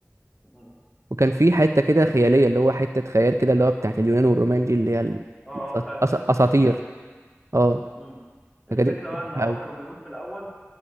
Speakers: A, in the centre; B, on the right.
A: يعني
B: وكان في حتة كده خيالية اللي هو حتة خيال كده اللي هو بتاعت اليونان والرومان دي اللي هي ال-
A: اه اه بتاعت
B: الأس-
A: حتة
B: أس- اساطير
A: الأوليمب دي
B: اه
A: امم الفكرة
B: الحاجات دي كنت
A: بقى
B: بحبها
A: ان هو
B: قوي
A: كانوا بيقول في الأول